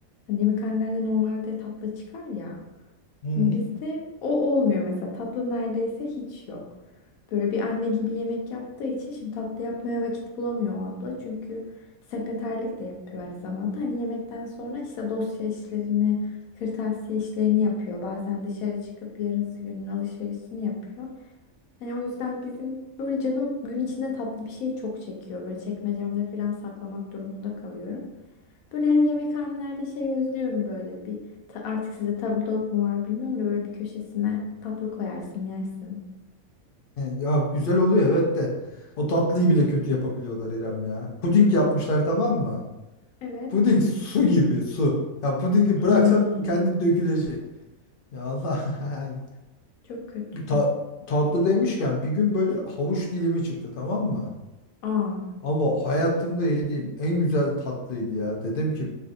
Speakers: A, on the left; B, on the left.
A: Hani yemekhanelerde normalde tatlı çıkar ya.
B: Hı.
A: Şimdi bizde
B: <laughs>
A: o olmuyor mesela. Tatlı neredeyse hiç yok. Böyle bir anne gibi yemek yaptığı için şimdi tatlı yapmaya vakit bulamıyor o abla. Çünkü sekreterlik de yapıyor aynı zamanda. Hani yemekten sonra işte dosya işlerini, kırtasiye işlerini yapıyor. Bazen dışarı çıkıp yarınsı günün alışverişini yapıyor. Hani o yüzden bizim böyle canım gün içinde tatlı bir şey çok çekiyor. Böyle çekmecemde falan saklamak durumunda kalıyorum. Böyle hani yemekhanelerde şey özlüyorum böyle bir ta- artık sizde tabldot mu var bilmiyorum da böyle bir köşesine tatlı koyarsın yersin.
B: Ya güzel oluyor evet de. O tatlıyı bile kötü yapabiliyorlar İrem ya. Puding yapmışlar tamam mı?
A: Evet.
B: Puding su gibi su. Ya pudingi
A: Ay
B: bıraksam kendi dökülecek. Ya Allah <laughs> yani.
A: çok kötü.
B: Bir ta- tatlı demişken bir gün böyle havuç dilimi çıktı tamam mı?
A: Aa
B: Ama hayatımda yediğim en güzel tatlıydı ya. Dedim ki